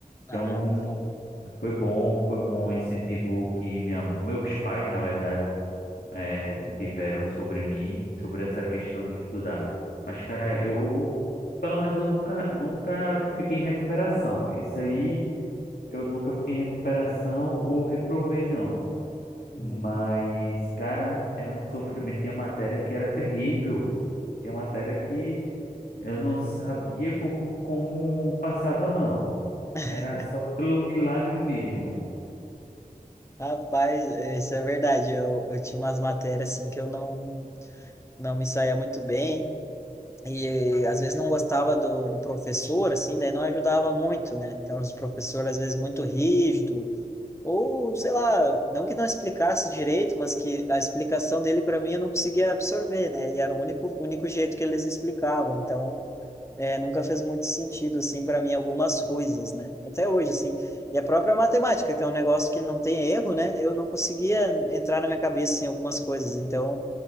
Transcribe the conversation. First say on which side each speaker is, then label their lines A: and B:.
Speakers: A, on the left (about 20°); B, on the left (about 85°).
A: Ah,
B: Então,
A: tá.
B: foi bom, foi bom o incentivo que minha, meus pais, na verdade, eh,
A: Uhum.
B: tiveram sobre mim, sobre essa questão de estudar. Mas, cara, eu, pelo menos eu nunca, nunca fiquei em recuperação. Isso aí, eu nunca fiquei em recuperação ou reprovei, não.
A: Uhum.
B: Mas, cara, era um sofrimento. Tinha matéria que era terrível. Tinha matéria que eu não sabia como, como passava, não.
A: <laughs>
B: Era só pelo milagre mesmo.
A: Rapaz, isso é verdade. Eu, eu tinha umas matérias assim que eu não, não me saía muito bem. E às vezes não gostava do, do professor, assim, daí não ajudava muito, né? Então, os professores às vezes muito rígido, ou sei lá, não que não explicasse direito, mas que a explicação dele para mim eu não conseguia absorver, né? E era o único, único jeito que eles explicavam. Então, É, nunca fez muito sentido, assim, para mim, algumas coisas, né? Até hoje, assim. E a própria matemática, que é um negócio que não tem erro, né? Eu não conseguia entrar na minha cabeça, em algumas coisas. Então,